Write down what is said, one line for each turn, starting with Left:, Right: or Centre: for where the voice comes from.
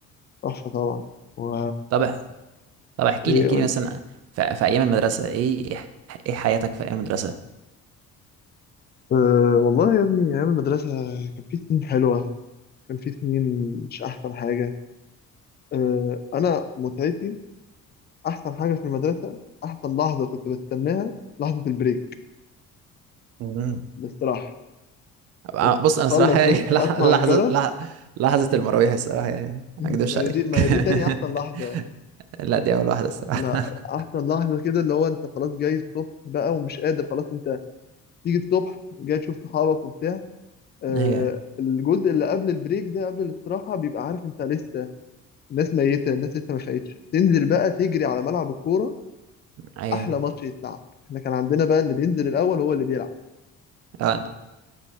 Left: تحفة طبعا و
Right: طب طب احكي
Left: ايه
Right: لي احكي
Left: قول
Right: لي مثلا ف- في ايام المدرسة ايه ايه حياتك في ايام المدرسة
Left: أه والله يا ابني أيام المدرسة كان في سنين حلوة كان في سنين مش أحسن حاجة أه أنا متعتي أحسن حاجة في المدرسة أحسن لحظة كنت بستناها لحظة البريك
Right: مم.
Left: الاستراحة
Right: أبقى-
Left: وتخلص
Right: بص انا صراحة يعني
Left: بس
Right: <laughs>
Left: أسمع
Right: لح- لحظة
Left: الجرس
Right: لح- لحظة المراويح الصراحة يعني
Left: <laughs>
Right: ما اكدبش
Left: هي
Right: عليك
Left: دي ما
Right: <laughs>
Left: هي دي تاني أحسن لحظة
Right: لا دي اول واحده الصراحه
Left: لا
Right: <laughs>
Left: أحسن لحظة كده اللي هو أنت خلاص جاي الصبح بقى ومش قادر خلاص أنت تيجي الصبح جاي تشوف صحابك وبتاع أه
Right: ايوه
Left: الجزء اللي قبل البريك ده قبل الاستراحة بيبقى عارف أنت لسه الناس ميتة الناس لسه ما فاقتش تنزل بقى تجري على ملعب الكورة
Right: ايوه
Left: أحلى ماتش يتلعب احنا كان عندنا بقى اللي بينزل الأول هو اللي بيلعب
Right: اه